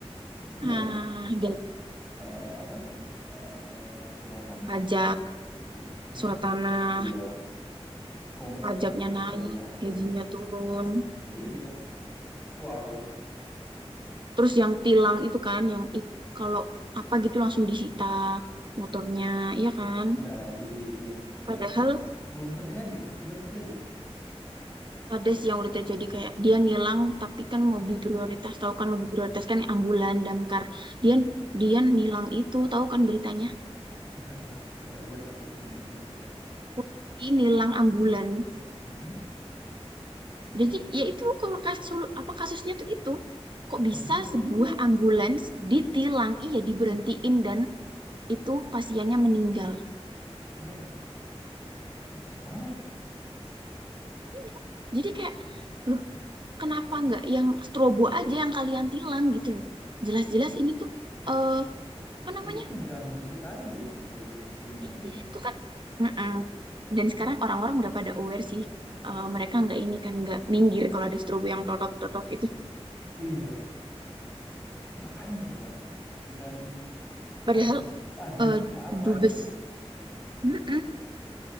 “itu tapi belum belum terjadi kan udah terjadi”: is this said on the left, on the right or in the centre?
Left